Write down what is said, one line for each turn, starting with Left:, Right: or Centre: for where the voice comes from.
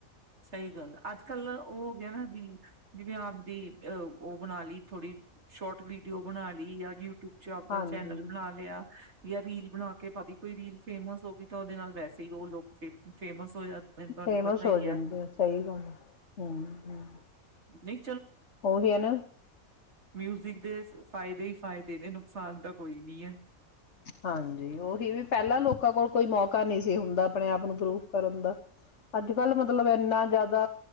Right: ਸਹੀ ਗੱਲ ਅੱਜ ਕੱਲ ਉਹ ਹੋ ਗਿਆ ਨਾ ਵੀ ਜਿਵੇਂ ਆਪਦੀਹ ਉਹ ਬਣਾ ਲਈ ਥੋੜੀ ਸ਼ੋਰਟ ਵੀਡੀਓ ਬਣਾ ਲਈ ਜਾਂ ਯੂਊ ਿਊਬ ਚ ਆਪਦਾ
Left: ਹਾਂਜੀ
Right: ਚੈਨਲ ਬਣਾ ਲਿਆ ਜਾਂ ਰੀਲ ਬਣਾ ਕੇ ਪ ਕੋਈ ਰੀਲ ਫੇਮਸ ਹੋ ਗਈ ਤਾਂ ਉਹਦੇ ਨਾਲ ਵੈਸੇ ਹੀ ਉਹ ਲੋਕ ਫੇ ਫੇਮਸ ਤੁਹਾਨੂੰ
Left: ਫੇਮਸ
Right: ਪਤਾ ਹੀ
Left: ਹੋ ਜਾਂਦੇ
Right: ਹੈ
Left: ਸਹੀ ਗੱਲ ਹਮ
Right: ਨਹੀਂ
Left: ਉਹੀ ਆ ਨਾ
Right: ਮਿਊਜ਼ਿਕ ਦੇ ਫਾਇਦੇ ਹੀ ਫਾਇਦੇ ਨੇ ਕਿਸਾਨ ਤਾਂ ਕੋਈ ਨੀ ਹੈ
Left: ਹਾਂਜੀ ਉਹੀ ਵੀ ਪਹਿਲਾਂ ਲੋਕਾਂ ਕੋਲ ਕੋਈ ਮੌਕਾ ਨਹੀਂ ਸੀ ਹੁੰਦਾ ਆਪਣੇ ਆਪ ਨੂੰ ਪ੍ਰੂਵ ਕਰਨ ਦਾ ਅੱਜ ਕੱਲ ਮਤਲਬ ਇੰਨਾ ਜ਼ਿਆਦਾ